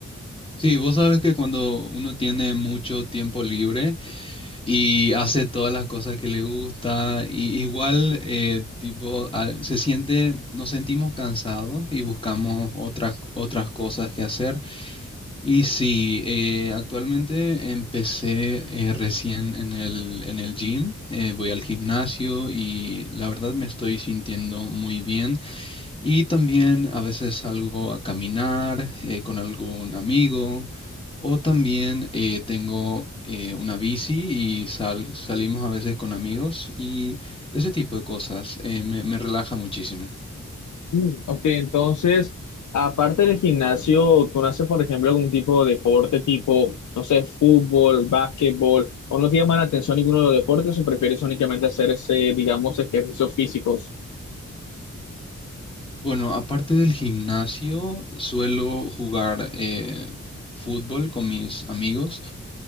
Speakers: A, on the left; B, on the left.
A: Sí, vos sabes que cuando uno tiene mucho tiempo libre y hace todas las cosas que le gusta, y igual eh, tipo al- se siente, nos sentimos cansados y buscamos otras otras cosas que hacer. Y sí, eh, actualmente empecé eh, recién en el en el gym. eh, voy al gimnasio y la verdad me estoy sintiendo muy bien. Y también a veces salgo a caminar eh, con algún amigo o también eh, tengo eh, una bici y sal- salimos a veces con amigos y ese tipo de cosas eh, me, me relaja muchísimo.
B: Mm, ok, entonces, aparte del gimnasio, ¿tú no haces, por ejemplo, algún tipo de deporte tipo, no sé, fútbol, básquetbol, o no te llama la atención ninguno de los deportes o prefieres únicamente hacer ese, digamos, ejercicios físicos?
A: Bueno, aparte del gimnasio, suelo jugar eh, fútbol con mis amigos.